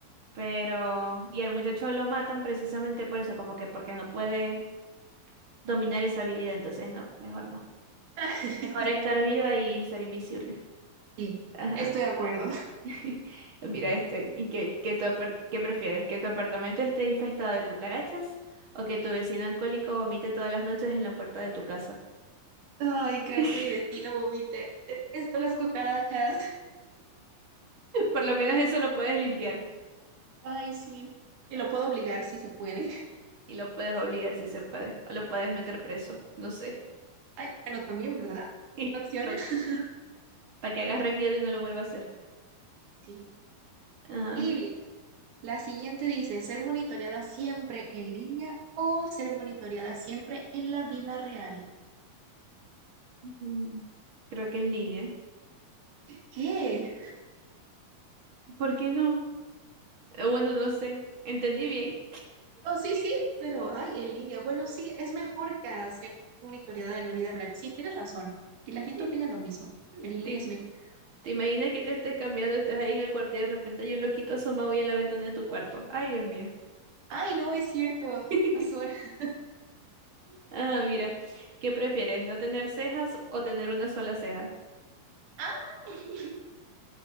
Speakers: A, on the right; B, on the right.
A: Pero, y al muchacho lo matan precisamente por eso, como que porque no puede dominar esa habilidad, entonces no, mejor no.
B: <laughs>
A: Mejor estar viva y ser invisible.
B: Sí,
A: Ajá.
B: estoy de acuerdo.
A: <laughs> Mira este, ¿y qué, qué, tu apart- qué prefieres? ¿Que tu apartamento esté infestado de cucarachas o que tu vecino alcohólico vomite todas las noches en la puerta de tu casa?
B: Ay, creo
A: <laughs>
B: que mi vecino vomite. Detesto las cucarachas.
A: Por lo menos eso lo puedes limpiar
B: Ay, sí. Y lo puedo obligar si se puede.
A: y lo puedes obligar si se puede, o lo puedes meter preso, no sé,
B: Ay, bueno, también, ¿verdad?
A: <laughs>
B: Opción.
A: para
B: <laughs>
A: que agarre
B: Ok,
A: miedo y no lo vuelva a hacer.
B: sí.
A: Ah,
B: Y bien, la siguiente dice, ¿ser monitoreada siempre en línea o ser monitoreada siempre en la vida real?
A: mm, creo que en línea.
B: ¿Qué?
A: ¿Por qué no? Eh, Bueno, no sé, entendí bien.
B: No, sí, sí, pero ay, en línea. Bueno, sí, es mejor que hacer monitoreada en la vida real. Sí, tienes razón. Y la gente
A: <laughs>
B: opina lo mismo. En línea
A: Sí,
B: es mejor.
A: ¿Te imaginas que te estés cambiando, estés ahí en el cuarto y de repente hay un loquito asomado y en la ventana de tu cuarto? Ay, Dios mío.
B: Ay, no, es cierto, tienes
A: <laughs>
B: razón. <laughs>
A: Ajá, mira, ¿qué prefieres? ¿No tener cejas o tener una sola ceja?
B: Ah, <laughs>